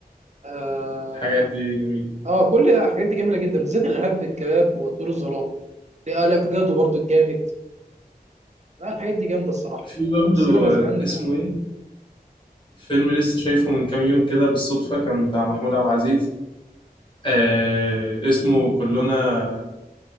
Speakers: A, on the right (about 45°); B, on the left (about 30°).
A: اه
B: الحاجات دي جميلة
A: اه كل الحاجات دي جميله جدا بالذات الارهاب في الكباب وطيور الظلام لا آه لا افوكادو برضو الجامد لا الحاجات دي جامده الصراحه
B: في
A: آه
B: برضه
A: السينما زمان
B: آه، اسمه
A: آه،
B: إيه فيلم لسه شايفه من كام يوم كده بالصدفة كان بتاع محمود عبد العزيز آه اسمه كلنا